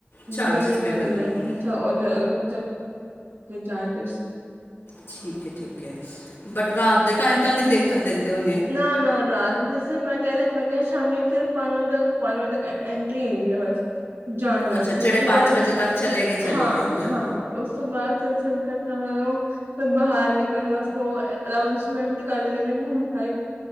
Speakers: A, on the left; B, on the right.
A: ਚਾਰਜਸ
B: ਪੇਮੈਂਟ
A: ਪੇ
B: ਕਰਨੀ
A: ਕਰਨੇ
B: ਪੈਣੀ
A: ਪੈਂਦੇ
B: ਐ। ੳਹਦੇ ਅਲਗ ਚਾਰਜਿਸ।
A: ਠੀਕ ਹੈ, ਠੀਕ ਹੈ। ਬਟ ਰਾਤ ਦੇ ਟਾਈਮ ਤਾਂ ਨਹੀਂ ਦੇਖਣ ਦਿੰਦੇ ਹੋਣੇ।
B: ਨਾ ਨਾ ਰਾਤ ਜੇ ਮੈਂ ਕਿਹਾ ਮੈਂ ਕਿਹਾ ਸ਼ਾਮੀ ਸਿਰਫ ਪੰਜ ਵਜੇ ਤੱਕ ਐਂਟਰੀ ਹੀ ਨਹੀਂ ਹੈ ਬਸ। ਜਾਨਵਰ,
A: ਅੱਛਾ ਜਿਹੜੇ
B: ਓਸ ਤੋਂ ਬਾਦ
A: ਵਜੇ ਤੱਕ ਚਲੇ ਗਏ ਚਲੇ
B: ਹਾਂ
A: ਗਏ ਅੰਦਰ
B: ਹਾਂ। ਉਸ ਤੋਂ ਬਾਅਦ ਫਿਰ ਸਿਰਦਰਦਾਂ ਨਾਲੋਂ ਤੇ ਬਾਹਰ ਨਿਕਲਣ ਵਾਸਤੇ ਓ ਅਨਾਊਸਮੈਂਟ ਕਰ ਦਿੰਦੇ ਨੇ, ਹੁਣ ਸਾਰੇ